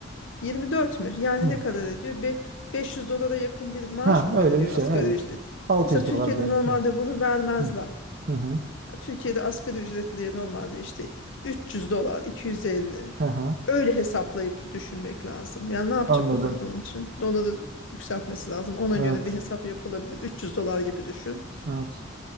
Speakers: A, on the left; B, on the right.
A: 24 mü? Yani
B: Hı.
A: ne kadar ediyor? Be 500 dolara yakın bir maaş
B: Ha
A: mı
B: öyle
A: veriliyor
B: bir şey
A: asgari
B: evet.
A: ücret?
B: altı
A: Mesela
B: yüz
A: Türkiye'de
B: dolar diyelim.
A: normalde bunu vermezler.
B: Hı. Hı hı.
A: Ya Türkiye'de asgari ücretliye normalde işte 300 dolar, 250.
B: Hı hı.
A: Öyle hesaplayıp düşünmek lazım. Yani ne yapacak
B: Anladım.
A: o zaman onun için? Doları yükseltmesi lazım. Ona
B: Evet.
A: göre bir hesap yapılabilir. 300 dolar gibi düşün.
B: Evet.